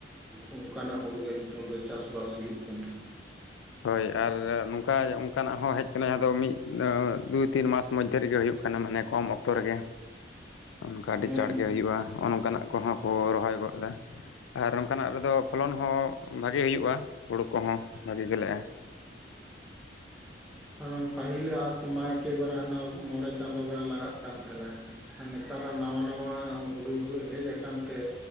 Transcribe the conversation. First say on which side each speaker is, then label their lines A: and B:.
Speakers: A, in the centre; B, on the left (about 80°).
A: ᱚᱱᱠᱟᱱᱟᱜ ᱦᱩᱲᱩ ᱜᱮ ᱱᱤᱛᱚᱝ ᱫᱚ ᱪᱟᱥᱼᱵᱟᱥ ᱦᱩᱭᱩᱜ ᱠᱟᱱᱟ
B: ᱦᱳᱭ ᱟᱨ ᱠᱟᱭ ᱚᱱᱠᱟᱱᱟᱜ ᱦᱚᱸ ᱦᱮᱡ ᱟᱠᱟᱱᱟᱭ ᱟᱫᱚᱭ ᱢᱤᱫ ᱫᱩ ᱛᱤᱱ ᱢᱟᱥ ᱢᱚᱫᱽᱫᱷᱮ ᱨᱮᱜᱮ ᱦᱩᱭᱩᱜ ᱠᱟᱱᱟ ᱢᱟᱱᱮ ᱠᱚᱢ ᱚᱠᱛᱚ ᱨᱮᱜᱮ ᱚᱱᱠᱟ ᱟᱹᱰᱤ
A: ᱦᱮᱸ
B: ᱪᱟᱲ ᱜᱮ ᱦᱩᱭᱩᱜᱼᱟ ᱱᱚᱜᱼ ᱱᱚᱝᱠᱟᱱᱟᱜ ᱠᱚᱦᱚᱸ ᱠᱚ ᱨᱚᱦᱚᱭ ᱜᱚᱫᱟ ᱟᱨ ᱚᱱᱠᱟᱱᱟᱜ ᱨᱮᱫᱚ ᱯᱷᱚᱞᱚᱱ ᱦᱚᱸ ᱵᱷᱟᱜᱤ ᱦᱩᱭᱩᱜᱼᱟ ᱦᱩᱲᱩ ᱠᱚᱦᱚᱸ ᱵᱷᱟᱜᱤᱼᱟ ᱵᱮᱞᱮᱜᱼᱟ ᱦᱚ
A: ᱦᱮᱸ ᱯᱟᱹᱦᱤᱞ ᱟᱜ ᱠᱚᱢᱟ ᱮᱠᱮᱵᱟᱨᱮ ᱦᱟᱱᱟ ᱢᱚᱬᱮ ᱪᱟᱸᱫᱳ ᱜᱟᱱ ᱞᱟᱜᱟᱜ ᱠᱟᱱ ᱛᱟᱦᱮᱱᱟ ᱟᱨ ᱱᱮᱛᱟᱨᱟᱜ ᱱᱟᱣᱟ ᱱᱟᱣᱟ ᱦᱩᱲᱩ ᱦᱮᱡ ᱟᱠᱟᱱ ᱛᱮ